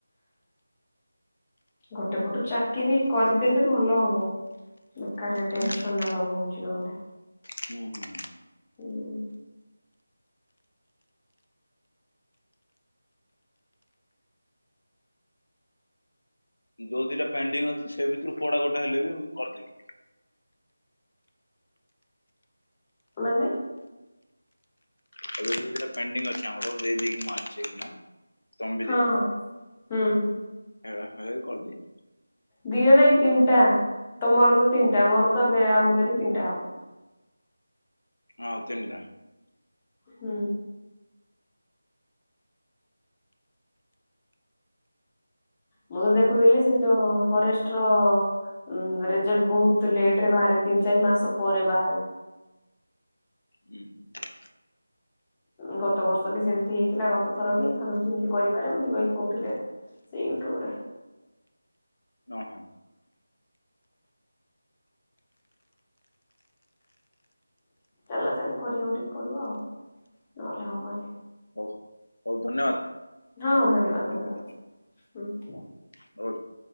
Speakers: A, on the left; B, on the left.
A: ଗୋଟେ ପଟୁ ଚାକିରୀ କରିଦେଲେ ଭଲ ହବ। ବେକାରରେ ଟେନସନ
B: ହୁଁ ହୁଁ।
A: ନବାକୁ ହଉଛି ନହେଲେ।
B: ହୁଁ ହୁଁ।
A: ହୁଁ ହୁଁ।
B: ଯୋଉ ଦିଇଟା ପେଣ୍ଡିଙ୍ଗ ଅଛି ସେ ଭିତରୁ କୋଉଟା ଗୋଟେ ହେଲେ ବି ମୁଁ କରଦେବି।
A: ମାନେ?
B: ତା ଭିତରେ ଦିଟା ପେଣ୍ଡିଙ୍ଗ ଅଛି ଆମର ଦେଇଦେଇକି ମୁଁ ଆସଛି ଏକ୍ଜାମ। ତମେ
A: ହଁ ହୁଁ ହୁଁ।
B: ହେଇରା ହେଲେବି କରଦେବି।
A: ଦିିଟା ନାଇଁ ତିନଟା ତମର ତ ତିନଟା ମୋର ତ ଦେ ଏବେ ଆଉ ଗୋଟେ ଦେଲେ ତିନଟା ହବ।
B: ଆଉ ତିନଟା।
A: ହୁଁ। ମୁଁ ତ ଦେଖୁଥିଲି ସେ ଯୋଉ ଫରେଷ୍ଟ ର। ଉଁ ରେଜଲ୍ଟ ବହୁତ ଲେଟରେ ବାହାରେ ତିନ ଚାରି ମାସ ପରେ ବାହାରେ।
B: ହୁଁ ହୁଁ।
A: ଗତ ବର୍ଷ ବି ସେମତି ହେଇଥିଲା ଗତ ଥର ବି ଏଥର ବି ସେମତି କରିପାରେ ମୋତେ ଭାଇ କହୁଥିଲେ। ସେଇ <unintelligible> ରା।
B: ଓ ହୋ
A: ଚାଲା ଚାଲି କରିବାକୁ ଟିକେ ପଡିବ ଆଉ ନହେଲେ ହବନି
B: ହଉ ହଉ ଧନ୍ୟବାଦ
A: ହଁ ହଁ ଧନ୍ୟବାଦ
B: ଧନ୍ୟ-
A: ଧନ୍ୟବାଦ ହଁ
B: ହଉ ହଉ